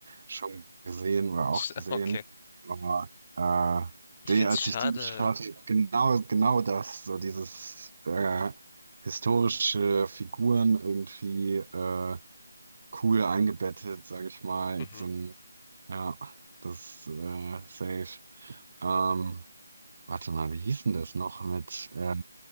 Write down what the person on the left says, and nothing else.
<laughs>
Sch-
Okay.
Ich
finde
es schade.
Mhm.